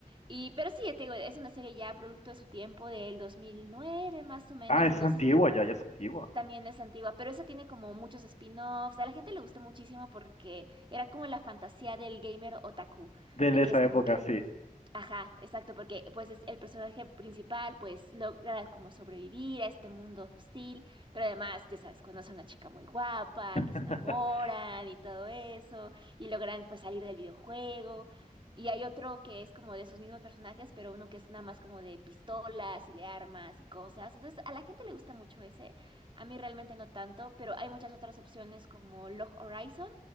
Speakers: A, on the right (about 35°); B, on the left (about 50°).
A: Y, pero sí, te digo, es una serie ya producto de su tiempo, del 2009 más o menos,
B: Ah, es
A: entonces
B: antigua
A: que
B: ya, ya es antigua.
A: también es antigua, pero esa tiene como muchos spin-offs, a la gente le gustó muchísimo porque era como la fantasía del gamer otaku,
B: De
A: de que
B: esa
A: es como
B: época,
A: que,
B: sí.
A: Ajá, exacto, porque pues es el personaje principal, pues logra como sobrevivir a este mundo hostil, pero además, ya sabes, conoce a una chica muy guapa,
B: <laughs>
A: que se enamoran y todo eso, y logran pues salir del videojuego. Y hay otro que es como de esos mismos personajes, pero uno que es nada más como de pistolas y de armas y cosas. Entonces, a la gente le gusta mucho ese, a mí realmente no tanto, pero hay muchas otras opciones como Log Horizon